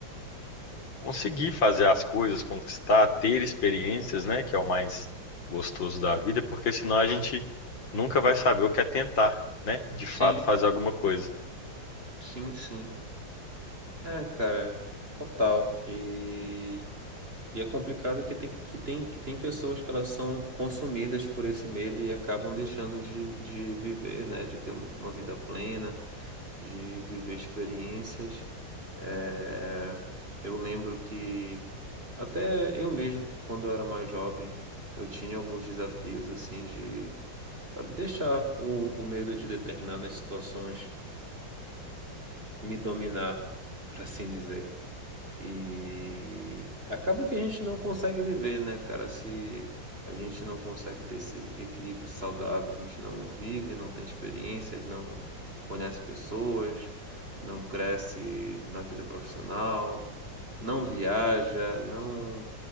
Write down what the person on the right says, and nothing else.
Sim,
sim, sim. É, cara, total. E E é complicado que tem, que tem, que tem pessoas que elas são consumidas por esse medo e acabam deixando de, de viver, né? De ter uma vida plena, de viver experiências. É, eu lembro que até eu mesmo, quando eu era mais jovem, eu tinha alguns desafios assim de, sabe, deixar o, o medo de determinadas situações me dominar, por assim dizer. E acaba que a gente não consegue viver, né, cara? Se a gente não consegue ter esse equilíbrio saudável, a gente não vive, não tem experiências, não conhece pessoas, não cresce na vida profissional, não viaja, não